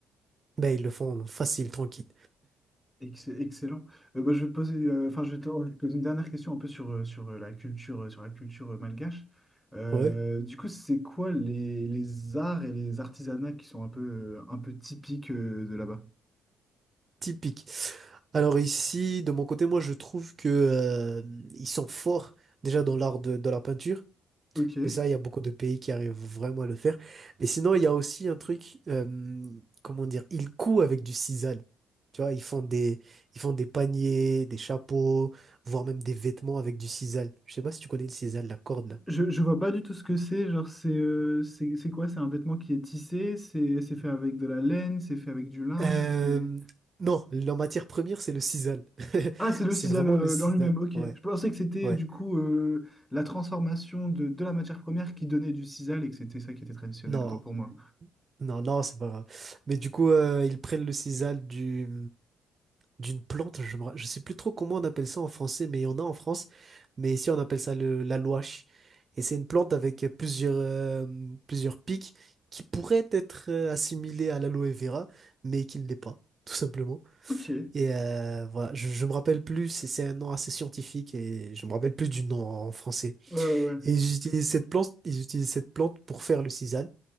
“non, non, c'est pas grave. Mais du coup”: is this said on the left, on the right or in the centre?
Right